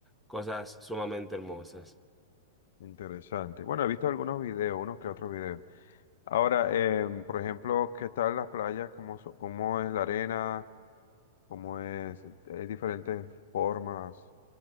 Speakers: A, in the centre; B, on the left.
A: cosas sumamente hermosas.
B: Interesante. Bueno, he visto algunos videos, unos que otros videos. Ahora, em, por ejemplo, ¿qué tal las playas? ¿Cómo, so- cómo es la arena? ¿Cómo es? Hay diferentes formas.